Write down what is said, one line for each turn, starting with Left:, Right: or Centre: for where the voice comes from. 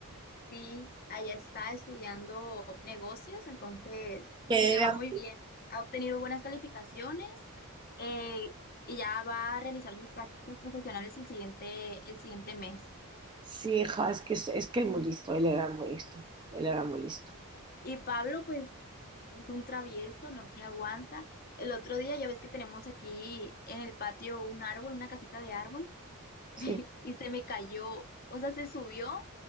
Left: Sí, allá está estudiando negocios, entonces
Right: Que
Left: le
Right: era...
Left: va muy bien. Ha obtenido buenas calificaciones eh, y ya va a realizar sus prácticas profesionales el siguiente, el siguiente mes.
Right: Sí, hija, es que es, es que es muy listo, él era muy listo, él era muy listo.
Left: Y Pablo, pues, es un travieso, no se aguanta. El otro día, ya ves que tenemos aquí en el patio un árbol, una casita de árbol,
Right: Sí.
Left: <laughs> y se me cayó, o sea, se subió